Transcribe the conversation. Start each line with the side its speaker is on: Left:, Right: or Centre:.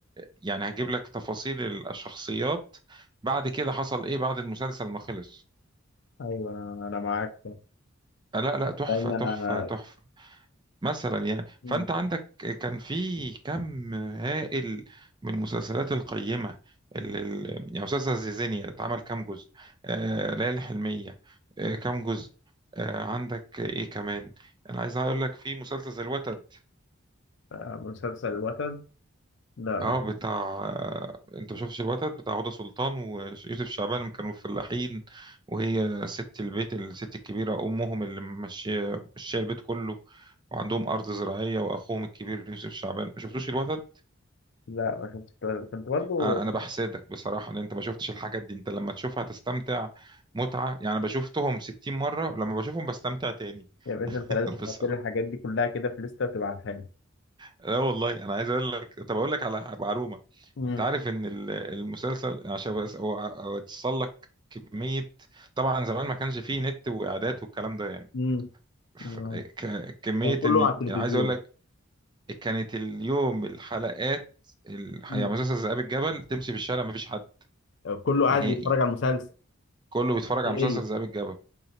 Right: يعني هتجيب لك تفاصيل الشخصيات بعد كده حصل ايه بعد المسلسل ما خلص
Left: ايوه انا انا معاك
Right: آه، لا لا تحفة
Left: لان
Right: تحفة
Left: انا
Right: تحفة مثلا يعني
Left: مم.
Right: فانت عندك كان في كم هائل من المسلسلات القيمه اللي اللي- يعني مسلسل زيزينيا اتعمل كام جزء آه ليالي الحلميه آه كام جزء آه عندك ايه كمان انا عايز اقول لك في مسلسل زي الوتد
Left: آه، مسلسل الوتد لا
Right: اه بتاع آه انت ما شفتش الوتد بتاع هدى سلطان ويوسف شعبان لما كانوا فلاحين وهي ست البيت الست الكبيره امهم اللي ماشيه ماشيه البيت كله وعندهم ارض زراعيه واخوهم الكبير يوسف شعبان ما شفتوش الوتد
Left: لا ما شفتش الولد ده. كنت برضو
Right: انا أنا بحسدك بصراحه ان انت ما شفتش الحاجات دي انت لما تشوفها تستمتع متعه يعني انا بشوفتهم 60 مره ولما بشوفهم بستمتع تاني
Left: يا
Right: <laughs>
Left: باشا انت لازم تحط
Right: بصراحه
Left: لي الحاجات دي كلها كده في لستة وتبعتها لي
Right: لا والله انا عايز اقول لك طب اقول لك على معلومه
Left: امم
Right: انت عارف ان ال- المسلسل عشان بس أو- أو- اوصل لك كميه طبعا زمان ما كانش فيه نت واعداد والكلام ده يعني
Left: امم
Right: ف-
Left: آه.
Right: ك- كميه
Left: كان كله
Right: ان
Left: على التلفزيون
Right: أنا عايز اقول لك كانت اليوم الحلقات ال-
Left: امم
Right: يعني مسلسل ذئاب الجبل تمشي في الشارع ما فيش حد
Left: كله قاعد
Right: نهائي
Left: بيتفرج على المسلسل
Right: كله بيتفرج
Left: ليه
Right: على مسلسل ذئاب الجبل